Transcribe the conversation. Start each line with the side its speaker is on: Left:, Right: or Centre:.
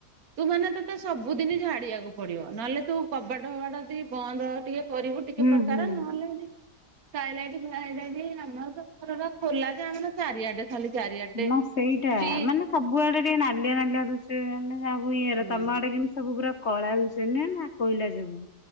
Right: ତୁ ମାନେ ତୋତେ ସବୁଦିନ ଝାଡିବାକୁ ପଡିବ ନହେଲେ ତୁ କବାଟ ଫବାଟ ଦେଇ ବନ୍ଦ ଟିକେ କରିବୁ ଟିକେ
Left: କି ହୁଁ
Right: ପ୍ରକାର
Left: ହୁଁ
Right: ନହେଲେ ସ୍କାଏଲାଇଟ୍ ସ୍କାଏଲାଇଟ୍ ଆମର ତ ଘରର ଖୋଲା ଯେ ଆମର ଚାରିଆଡେ ଖାଲି। ଚାରିଆଡେ
Left: ନା ସେଇଟା
Right: ଫ୍ରିଜ
Left: ମାନେ ସବୁ ଆଡେ ଟିକେ ନାଳିଆ ନାଳିଆ ଦିଶୁଛି ମାନେ
Right: ହୁଁ।
Left: ତମଆଡ଼େ କିନ୍ତୁ ସବୁଗୁରା କଳାରୁୁ ସିନା କୋଇଲା ଯୋଗୁ।